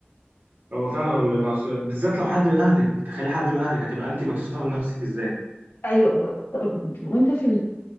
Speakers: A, on the right (about 50°); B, on the left (about 70°).
A: هو فعلا بيبقى عصبي بالذات لو حد من اهلك تخيل حد من اهلك هتبقى انت مكسوفه من نفسك ازاي
B: ايوه ب- وانت في